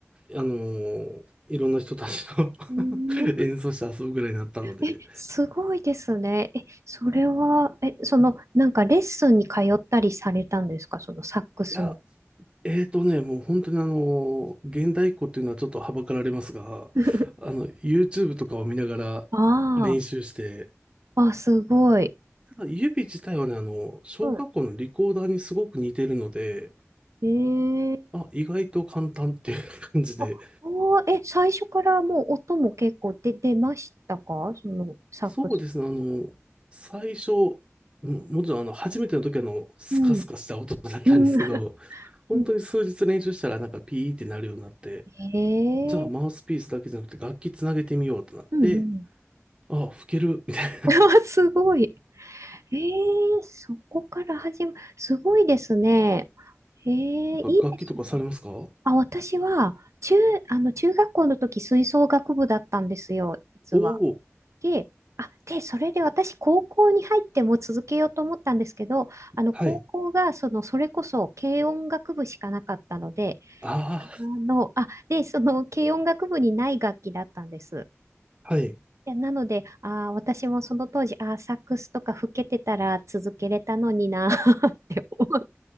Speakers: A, on the right; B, on the right.
A: あのーいろんな人たちと
B: うん、
A: <laughs> 演奏して遊ぶぐらいになったので、
B: え、すごいですね。え、それは、え、その、なんかレッスンに通ったりされたんですかそのサックスの。
A: いや、えーとね、もう本当にあのー現代っ子っていうのはちょっとはばかられますが、
B: <laughs>
A: あの、YouTube とかを見ながら練習して、
B: ああ、あ、すごい。
A: ただ指自体はね、あの、小学校のリコーダーにすごく似てるので、
B: はいええ
A: あ、意外と簡単っていう感じで、
B: あ、あーえ、最初からもう音も結構出、出ましたかそのサックス。
A: そうですね、あの、最初、ももちろんあの、初めての時はあの、スカスカした音だったんですけど、
B: うん。うん。
A: 本当に数日練習したらなんかピーってなるようになって、
B: うんええ
A: じゃあマウスピースだけじゃなくて楽器つなげてみようってなって、
B: うんうん。
A: ああ、吹ける、みたい
B: <laughs> すごい。ええそこから始ま、すごいですね。ええいいですね。
A: な。楽器とかされますかお
B: あ、私は、中、あの、中学校の時吹奏楽部だったんですよ、実は。
A: おー、
B: で、あ、で、それで私、高校に入っても続けようと思ったんですけど、あの、
A: はい。
B: 高校が、その、それこそ、軽音楽部しかなかったので、
A: あ
B: あの、あ、で、その、軽音楽部にない楽器だったんです。
A: あ、はい。
B: でなので、あー、私もその当時、あー、サックスとか吹けてたら続けれたのにな <laughs> って思う